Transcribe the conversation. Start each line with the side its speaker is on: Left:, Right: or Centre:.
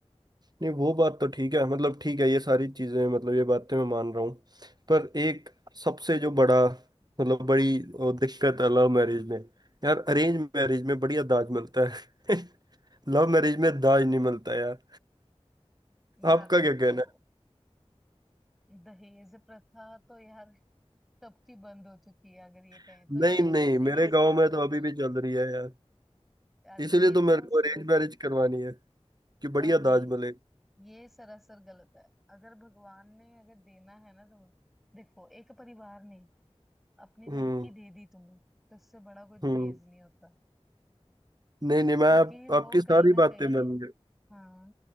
Right: नहीं वो बात तो ठीक है मतलब ठीक है ये सारी चीजें मतलब ये बातें मैं मान रहा हूँ पर एक सबसे जो बड़ा मतलब बड़ी अ, दिक्कत है लव मैरिज में यार अरेंज मैरिज में बढ़िया दाज मिलता है <laughs> लव मैरिज में दाज नहीं मिलता यार
Centre: यार
Right: आपका
Centre: देखो
Right: क्या कहना
Centre: दहेज प्रथा तो यार कब की बंद हो चुकी है अगर ये
Right: है
Centre: कहें तो ये
Right: नहीं नहीं
Centre: वैसे
Right: मेरे
Centre: ही सरासर
Right: गांव में तो अभी
Centre: गलत
Right: भी चल
Centre: है
Right: रही है यार
Centre: यार ये
Right: इसीलिए तो मेरे
Centre: तो
Right: को
Centre: सरा
Right: अरेंज मैरिज करवानी है कि बढ़िया
Centre: यार नहीं
Right: दाज मिले
Centre: ये सरासर गलत है अगर भगवान ने अगर देना है ना तुम्हें देखो एक परिवार ने अपनी
Right: हम्म
Centre: लड़की दे दी तुम्हें तो उससे बड़ा कोई दहेज
Right: हम्म
Centre: नहीं होता
Right: नहीं नहीं मैं
Centre: क्योंकि
Right: आप, आपकी
Centre: वो
Right: सारी
Centre: कहीं ना
Right: बातें
Centre: कहीं
Right: मान गया
Centre: हाँ